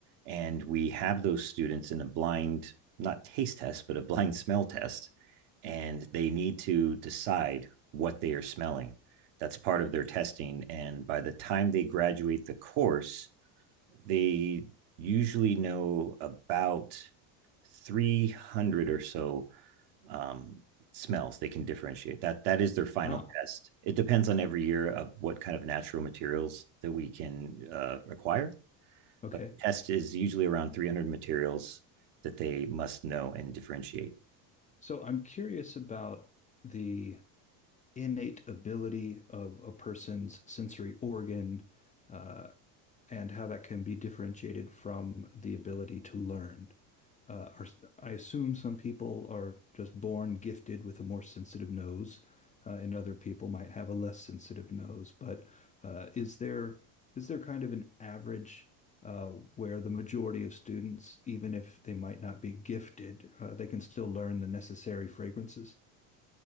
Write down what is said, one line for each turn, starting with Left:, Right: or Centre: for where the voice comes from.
Right: And we have those students in a blind, not taste test, but a blind <laughs> smell test. And they need to decide what they are smelling. That's part of their testing. And by the time they graduate the course, they usually know about 300 or so um, smells they can differentiate that that is their final
Left: Wow.
Right: test it depends on every year of what kind of natural materials that we can uh, acquire
Left: Okay.
Right: but the test is usually around 300 materials that they must know and differentiate
Left: So I'm curious about the innate ability of a person's sensory organ uh, and how that can be differentiated from the ability to learn. Uh, or, I assume some people are just born gifted with a more sensitive nose, uh, and other people might have a less sensitive nose. But uh, is there is there kind of an average uh, where the majority of students, even if they might not be gifted, uh, they can still learn the necessary fragrances?